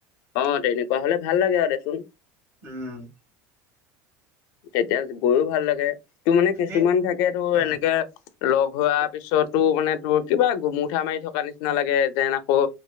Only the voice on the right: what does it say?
উম,
এ
উম